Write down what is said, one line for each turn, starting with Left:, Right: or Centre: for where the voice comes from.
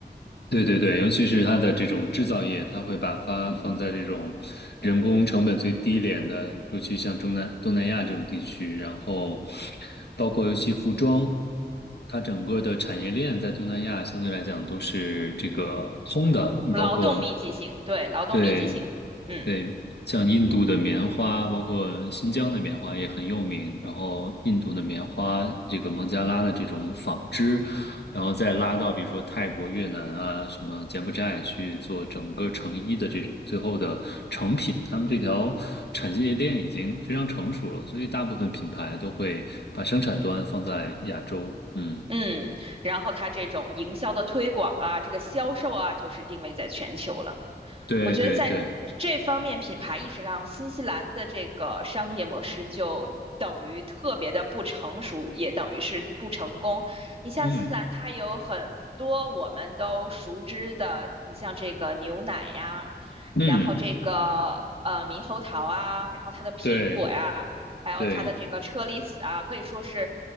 Left: 对对对，尤其是它的这种制造业，它会把发放在这种人工成本最低廉的，尤其像中南东南亚这种地区，然后包括尤其服装，它整个的产业链在东南亚相对来讲都是这个通的，你包括
Right: 劳动密集型，对，劳动密集型，
Left: 对
Right: 嗯。
Left: 对，像印度的棉花，包括新疆的棉花也很有名。然后印度的棉花，这个孟加拉的这种纺织，然后再拉到比如说泰国、越南啊，什么柬埔寨去做整个成衣的这种最后的成品，他们这条产业链已经非常成熟了，所以大部分品牌都会把生产端放在亚洲。嗯，
Right: 嗯，然后它这种营销的推广啊，这个销售啊，就是定位在全球了。
Left: 对对对，
Right: 我觉得在这方面品牌意识上，新西兰的这个商业模式就等于特别的不成熟，也等于是不成功。你像新西兰，
Left: 嗯
Right: 它有很多我们都熟知的，你像这个牛奶呀，
Left: 嗯，
Right: 然后这个呃猕猴桃啊，然后它的苹果呀，
Left: 对
Right: 还有它的这个车厘子啊，
Left: 对，
Right: 可以说是。